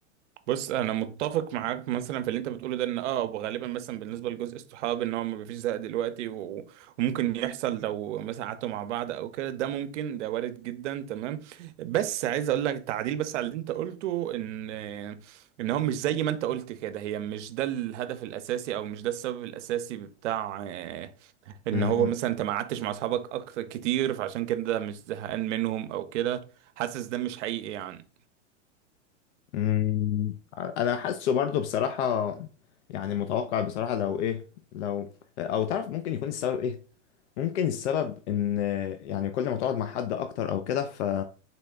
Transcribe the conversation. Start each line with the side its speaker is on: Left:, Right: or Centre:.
Right: بص انا متفق معاك مثلا في اللي انت بتقوله ده ان اه وغالبا مثلا بالنسبه لجزء الصحاب ان هو ما فيش زهق دلوقتي و- وممكن يحصل لو مثلا قعدتوا مع بعض او كده ده ممكن ده وارد جدا تمام بس عايز اقول لك تعديل بس على اللي انت قلته ان ان هو مش زي ما انت قلت كده هي مش ده الهدف الاساسي او مش ده السبب الاساسي بتاع آه، ان
Left: عارف
Right: هو مثلا انت ما قعدتش مع اصحابك اكتر كتير فعشان كده مش زهقان منهم او كده حاسس ده مش حقيقي يعني
Left: مم، انا حاسه برضو بصراحة يعني متوقع بصراحة لو ايه لو او تعرف ممكن يكون السبب ايه ممكن السبب ان يعني كل ما تقعد مع حد اكتر او كده ف